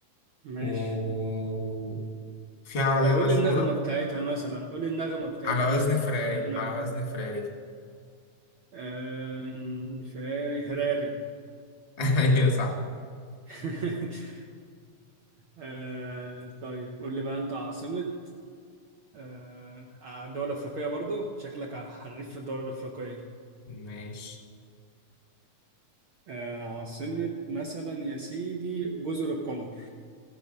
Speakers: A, on the right; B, on the left.
A: ماشي
B: وفي عربية
A: طب قول
B: مشهورة
A: لي النغمة بتاعتها مثلا قول لي النغمة بتاعتها
B: على
A: مثلا
B: وزن فراري
A: على نغمة
B: على وزن فراري <laughs>
A: آه... فراري هراري
B: ايوه صح
A: <laughs> آه... طيب قول لي بقى انت عاصمة آه... الدول الأفريقية برضو شكلك على حريف في الدول الأفريقية
B: ماشي
A: آه... عاصمة مثلا يا سيدي جزر القمر